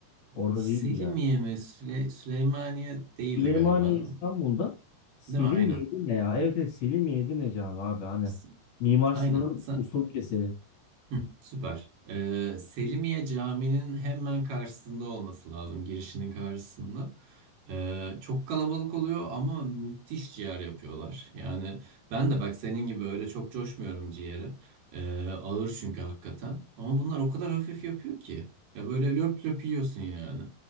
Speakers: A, on the left; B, on the right.
A: Orada
B: Selimiye
A: değildi ya.
B: mi? Süle- Süleymaniye değildi
A: Süleymaniye
B: galiba değil
A: İstanbul'da
B: mi?
A: Selimiye
B: Değil mi? Aynen.
A: Edirne ya. Evet evet Selimiye Edirne abi abi hani.
B: S-
A: Mimar
B: Aynen.
A: Sinan'ın
B: Sa-
A: ustalık eseri.
B: Hı, süper. Ee, Selimiye Camii'nin hemen karşısında olması lazım, girişinin karşısında. Ee, çok kalabalık oluyor ama müthiş ciğer yapıyorlar. Yani ben de bak senin gibi öyle çok coşmuyorum ciğeri. Ee, ağır çünkü hakikaten. Ama bunlar o kadar hafif yapıyor ki. Ya böyle löp löp yiyorsun yani.